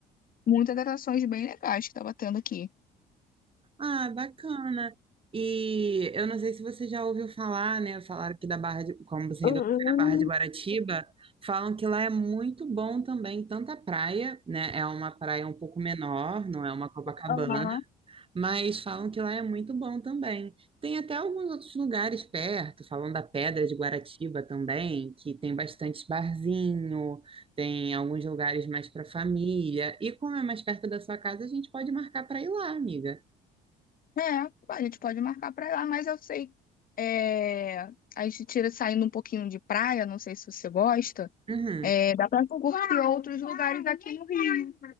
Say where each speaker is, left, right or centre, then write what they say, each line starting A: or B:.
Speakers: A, on the left; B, on the right.
A: muitas atrações bem legais que tava tendo aqui.
B: Ah, bacana. E eu não sei se você já ouviu falar, né? Falaram que da Barra de, como você ainda
A: Hum,
B: não foi na Barra de Guaratiba, falam que lá é muito bom também, tanto a praia, né? É uma praia um pouco menor, não é uma Copacabana
A: aham.
B: Mas falam que lá é muito bom também. Tem até alguns outros lugares perto, falam da Pedra de Guaratiba também, que tem bastante barzinho, tem alguns lugares mais para família. E como é mais perto da sua casa, a gente pode marcar para ir lá, amiga.
A: É, a gente pode marcar pra lá, mas eu sei. É, a gente tira saindo um pouquinho de praia, não sei se você gosta.
B: Uhum.
A: É, dá pra curtir outros lugares aqui no Rio.